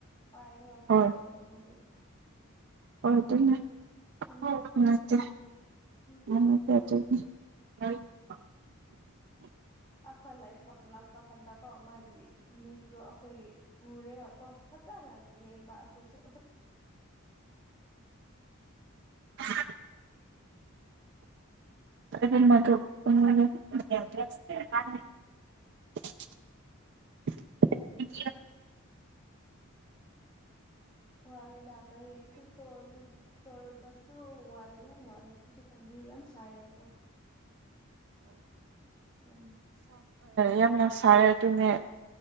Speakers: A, on the left (about 15°); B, on the right (about 55°).
A: ꯄꯥꯏꯔꯒ ꯇꯨꯝꯃꯦꯕ
B: ꯍꯣꯏ
A: ꯃꯗꯨ
B: <unintelligible>
A: ꯎꯝ
B: <inaudible>
A: ꯎꯝ
B: <inaudible>
A: ꯑꯩꯈꯣꯏ ꯂꯄ ꯂꯥꯛꯄ ꯀꯥꯟꯗ ꯀꯣ ꯃꯥꯏꯕꯤ ꯃꯤꯠꯇꯣ ꯑꯩꯈꯣꯏꯒꯤ ꯎꯔꯦꯒ ꯀꯣ ꯐꯖꯅ ꯌꯦꯡꯕ ꯑꯩꯈꯣꯏꯁꯨ
B: <unintelligible> <unintelligible> <inaudible>
A: ꯎꯝ
B: <unintelligible>
A: ꯋꯥꯔꯦꯗ ꯀꯔꯤꯁꯨ <unintelligible> ꯇꯧꯔꯕꯁꯨ ꯋꯥꯔꯦ ꯌꯥꯝ ꯋꯥꯔꯦ ꯍꯧꯖꯤꯛꯀꯥꯟꯗꯤ ꯌꯥꯝ ꯁꯥꯏꯌꯦꯅꯀꯣ ꯎꯝ
B: ꯌꯥꯝꯅ ꯁꯥꯔꯦ ꯑꯗꯨꯅꯦ